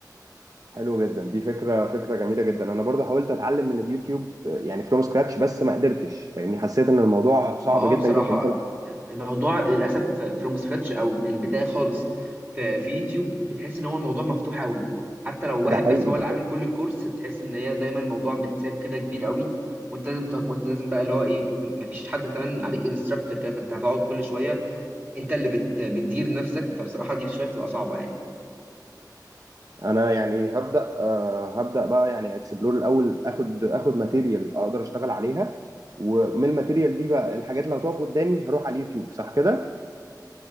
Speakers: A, on the right (about 55°); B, on the right (about 25°).
A: حلو جدا دي فكرة فكرة جميلة جدا انا برضو حاولت اتعلم من اليوتيوب آه، يعني فروم سكراتش بس ما قدرتش فاهمني حسيت ان الموضوع صعب
B: ما اه
A: جدا
B: بصراحة
A: جدا ده
B: الموضوع للأسف فروم سكراتش أو من البداية خالص في في يوتيوب بتحس إن هو الموضوع مفتوح أوي حتى لو واحد
A: ده حقيقي
B: بس هو اللي
A: ده حقيقي
B: عامل كل الكورس تحس إن هي دايما الموضوع متساب كده كبير أوي وأنت لازم ت- وأنت لازم بقى اللي هو إيه مفيش حد كمان عليك انستراكتور كده فأنت هتقعد كل شوية أنت اللي بت بتدير نفسك فبصراحة دي شوية بتبقى صعبة يعني
A: انا يعني هبدأ آه، هبدأ بقى يعني اكسبلور الاول اخد اخد ماتيريال اقدر اشتغل عليها ومن الماتيريال دي بقى الحاجات اللي هتقف قدامي هروح على اليوتيوب صح كده